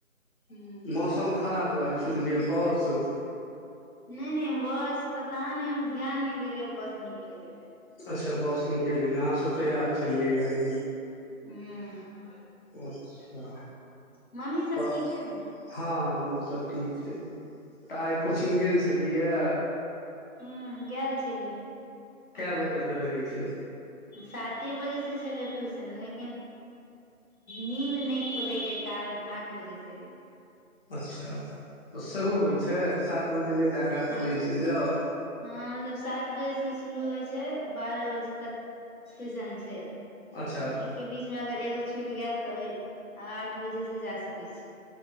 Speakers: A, on the left; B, on the left.
A: हूँ
B: मौसम खराब दुआरे छुइट गेल बोस
A: नइ -नइ बस पता नय हम ध्यान नय देलियै बस निकलि गेल रहे
B: अच्छा बस नीके लगलै अहाँसभ तैयार छलियै, यानि
A: ह
B: अच्छा
A: मम्मी सब
B: तऽ
A: ठीक अइ न
B: हँ मम्मी सब ठीक छै, तऽ आइ कोचिंग गेल छलियै।
A: ह गेल छलियै।
B: केअ बजे से रहै छै।
A: साते बजे से छलै ट्यूशन लेकिन नीद नय खुले के कारण आठ बजे से अइ
B: अच्छा तऽ, सेहो होइत छै, सात बजे नइ जाकऽ, आठो
A: हँ
B: बजे चइल जाउ
A: हँ मतलब सात बजे से शुरू होइ छै, बारह बजे तक ट्यूशन छै।
B: अच्छा
A: एहि के बीच में अगर एगो छूट गैल तऽ ओ आठ बजे से जा सके छी।